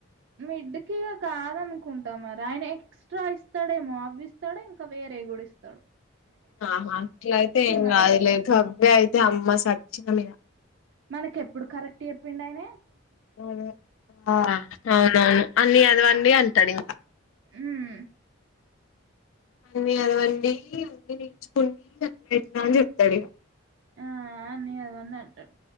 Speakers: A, on the right (about 55°); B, on the left (about 70°).
A: మీ మిడ్కి కాదనుకుంటాం మరి ఆయన ఎక్స్ట్రా ఇస్తాడేమో అవి ఇస్తాడ ఇంకా వేరే రే గుడిస్తాడు
B: ఆహా అట్లా అయితే ఏం
A: మనకి
B: కాదులే గవ్వే అయితే అమ్మ సచ్చినం ఇగ
A: మనకి ఎప్పుడు కరెక్ట్ చెప్పిండయిన
B: అదే ఆ అవునవును అన్ని చదవండి అంటాడు ఇంకా
A: ఉమ్
B: అన్నీ చదవండి అన్ని నేర్చుకోండి అట్లా ఇట్ల అని చెప్తాడు ఇక
A: ఆ అన్ని చదవండి అంటడు